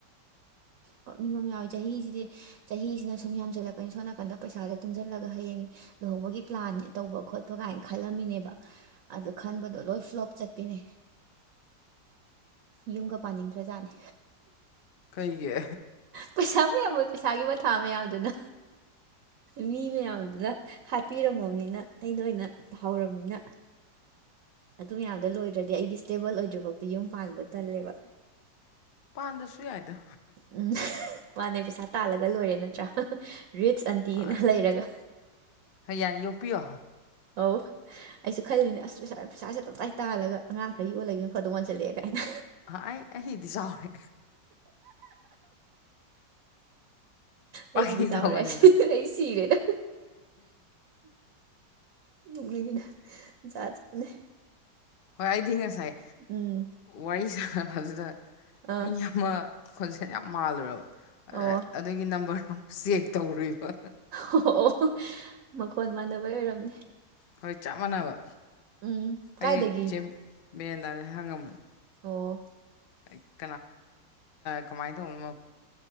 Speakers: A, on the right; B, on the left.
A: ꯀꯞꯅꯤꯡꯕ ꯑꯃ ꯌꯥꯎꯋꯦ ꯆꯍꯤꯁꯤꯗꯤ ꯆꯍꯤꯁꯤꯅ ꯁꯨꯝ ꯌꯥꯝꯁꯤꯜꯂꯛꯀꯅꯤ ꯁꯣꯝ ꯅꯥꯀꯟꯗ ꯄꯩꯁꯥꯁꯦ ꯇꯨꯡꯁꯤꯜꯂꯒ ꯍꯌꯦꯡ ꯂꯨꯍꯣꯡꯕꯒꯤ ꯄ꯭ꯂꯥꯟ ꯇꯧꯕ ꯈꯣꯠꯄ ꯀꯥꯏꯅ ꯈꯜꯂꯝꯃꯤꯅꯦꯕ ꯑꯗꯨ ꯈꯟꯕꯗꯣ ꯂꯣꯏ ꯐ꯭ꯂꯣꯞ ꯆꯠꯄꯤꯅꯦ ꯌꯨꯝꯒ ꯄꯥꯟꯅꯤꯡꯗ꯭ꯔ ꯖꯥꯠꯅꯦ
B: ꯀꯩꯒꯤ
A: ꯄꯩꯁꯥ ꯃꯌꯥꯝ ꯄꯩꯁꯥꯒꯤ ꯃꯊꯥ ꯃꯌꯥꯝꯗꯨꯅ ꯃꯤ ꯃꯌꯥꯝꯗꯨꯅ ꯍꯥꯠꯄꯤꯔꯝꯃꯕꯅꯤꯅ ꯑꯩꯅ ꯑꯣꯏꯅ ꯇꯥꯍꯧꯔꯝꯅꯤꯅ ꯑꯗꯨ ꯃꯌꯥꯝꯗꯣ ꯂꯣꯏꯗ꯭ꯔꯗꯤ ꯑꯩꯗꯤ ꯁ꯭ꯇꯦꯕꯜ ꯑꯣꯏꯗ꯭ꯔꯤꯐꯥꯎꯗꯤ ꯌꯨꯝ ꯄꯥꯟꯕ ꯇꯜꯂꯦꯕ
B: ꯄꯥꯟꯗ꯭ꯔꯁꯨ ꯌꯥꯏꯗ
A: ꯎꯝ ꯃꯥꯅꯦ ꯄꯩꯁꯥ ꯇꯥꯜꯂꯒ ꯂꯣꯏꯔꯦ ꯅꯠꯇ꯭ꯔꯥ ꯔꯤꯠꯁ ꯑꯟꯇꯤꯅ
B: ꯃꯥꯅꯦ
A: ꯂꯩꯔꯒ
B: ꯍꯣꯏ ꯌꯥꯅꯤ ꯌꯣꯛꯄꯤꯌꯣ
A: ꯑꯧ ꯑꯩꯁꯨ ꯈꯜꯂꯤꯅꯦ ꯑꯁ ꯄꯩꯁꯥ ꯄꯩꯁꯥꯁꯦ ꯇꯞꯇꯥꯏ ꯇꯥꯜꯂꯒ ꯑꯉꯥꯡ ꯈꯔ ꯌꯣꯛꯑꯒ ꯂꯩꯕꯅ ꯐꯗꯧ ꯃꯟꯁꯤꯜꯂꯛꯑꯦ ꯀꯥꯏꯅ
B: ꯑ ꯑꯩ ꯑꯩꯒꯤꯗꯤ ꯆꯥꯎꯔꯦ ꯐꯥꯒꯤ
A: ꯑꯩꯒꯤꯗꯤ ꯆꯥꯎꯔꯦ
B: ꯇꯧꯕꯅꯤꯗ
A: ꯁꯤꯅꯤ ꯑꯩ ꯁꯤꯔꯦꯗ ꯅꯣꯛꯅꯤꯡꯉꯤꯗ ꯖꯥꯠꯖꯥꯠꯅꯦ
B: ꯍꯣꯏ ꯑꯩꯗꯤ ꯉꯁꯥꯏ
A: ꯎꯝ
B: ꯋꯥꯔꯤ ꯁꯥꯟꯅꯕꯗꯨꯗ
A: ꯑꯥ
B: ꯃꯤ ꯑꯃ ꯈꯣꯟꯖꯦꯜ ꯌꯥꯝ ꯃꯥꯜꯂꯨꯔꯕ
A: ꯑꯣ
B: ꯑꯗꯨꯒꯤ ꯅꯝꯕꯔ ꯑꯃꯨꯛ ꯆꯦꯛ ꯇꯧꯔꯨꯏꯕ
A: ꯑꯣ ꯃꯈꯣꯟ ꯃꯥꯟꯅꯕꯩ ꯑꯣꯏꯔꯝꯅꯤ
B: ꯍꯣꯏ ꯆꯞ ꯃꯥꯟꯅꯕ
A: ꯎꯝ
B: ꯑꯩ
A: ꯀꯥꯏꯗꯒꯤ
B: ꯆꯦ ꯃꯦꯟꯗꯥ ꯔ ꯍꯪꯉꯝꯕꯅꯦ
A: ꯑꯣ
B: <unintelligible> ꯀꯃꯥꯏꯅ ꯇꯧꯕꯅꯣ